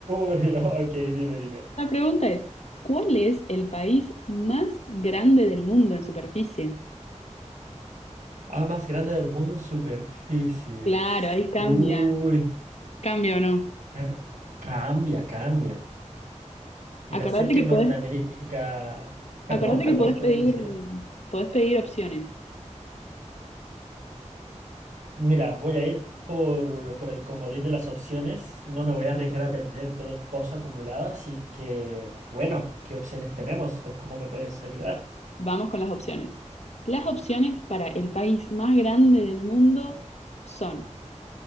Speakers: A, on the right; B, on the left.
A: Uy, <laughs> ok, dime, dime.
B: La pregunta es, ¿cuál es el país más grande del mundo en superficie?
A: Ah, más grande del mundo en superficie.
B: Claro, ahí cambia,
A: Uy,
B: cambia o no.
A: eh, cambia, cambia. Mira,
B: Acordate
A: sé que
B: que
A: Norteamérica...
B: podés
A: Perdón,
B: Acordate
A: perdón,
B: que podés
A: ¿puedes
B: pedir,
A: decirme?
B: podés pedir opciones.
A: Mira, voy a ir por, por el comodín de las opciones. No me voy a arriesgar a perder todo el pozo acumulado, así que, bueno, ¿qué opciones tenemos o cómo me puedes ayudar?
B: Vamos con las opciones. Las opciones para el país más grande del mundo son